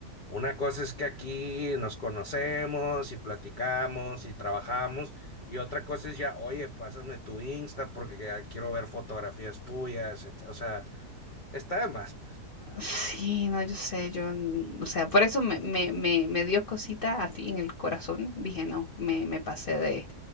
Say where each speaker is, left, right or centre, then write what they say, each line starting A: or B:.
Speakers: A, on the left (about 80°); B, on the left (about 45°).
A: una cosa es que aquí nos conocemos y platicamos y trabajamos y otra cosa es ya, oye, pásame tu Insta porque ya quiero ver fotografías tuyas, et- o sea, está de más.
B: Sí, no, yo sé, yo, mm, o sea, por eso me, me, me, me dio cosita así en el corazón. Dije, no, me, me pasé de,